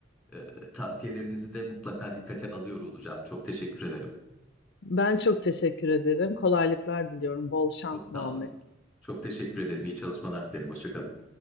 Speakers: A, in the centre; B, on the left.
A: Ee, tavsiyelerinizi de mutlaka dikkate alıyor olacağım. Çok teşekkür ederim.
B: Ben çok teşekkür ederim. Kolaylıklar diliyorum. Bol şans
A: Çok sağ
B: Muhammed.
A: olun. Çok teşekkür ederim. İyi çalışmalar dilerim. Hoşça kalın.